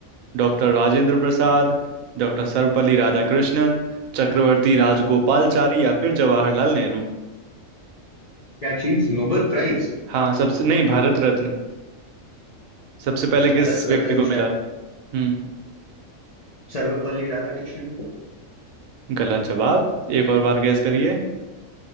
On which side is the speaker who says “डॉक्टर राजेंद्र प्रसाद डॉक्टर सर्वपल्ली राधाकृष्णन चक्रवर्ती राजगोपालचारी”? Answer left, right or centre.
Right